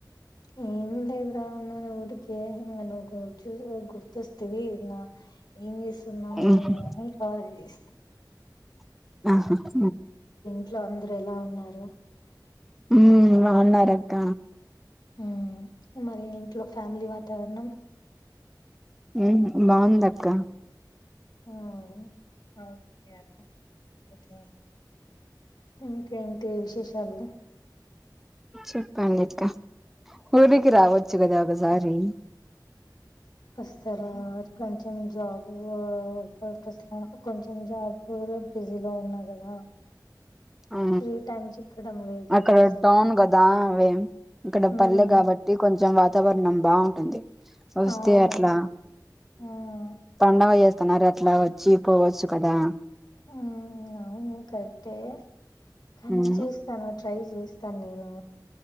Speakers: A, on the left (about 65°); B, in the centre.
A: ఇందలే రా అవున్న ఊదుక హింగను చూసి నువ్వు గుర్తస్తతవి నా ఏం చేస్తున్నావు
B: ఉహు
A: ఏమి అని కాాల అస్
B: ఆహా
A: ఇట్లో అందరు ఎలా ఉన్నారు
B: ఉ అవున్నరక్క
A: హ్మ్ మరి ట్ లో ఫ్యామిలీ వాతావరణం
B: ఉ బాగుంద క్క
A: హ్మ్ కేర అతే ఇంకేంటి విశేష చాల
B: చెప్పం ఇక్క ఊరికి రావచ్చు కదా ఒకసారి
A: వస్తారా కొంచెం జాబ్ పర్పస్ లో కొంచెం జాబ్ బిజీ లో ఉన్నా కదా
B: ఆ
A: ఫ్రీ టైమ్ చిక్కడం లేదు
B: అక్కడ
A: అసలు
B: టౌన్ కదా అవే ఇక్కడ
A: ఉమ్
B: పల్లె కాబట్టి కొంచెం వాతావరణం బాగుంటుంది వస్తే
A: అవును
B: అట్లా
A: ఉమ్
B: పండగస్త అక్కనర అట్లా వచ్చి పోవచ్చు కదా
A: ఉ నవును కరెక్టే కానీ
B: ఉమ్
A: చూస్తాను ట్రై చేస్తాను నేను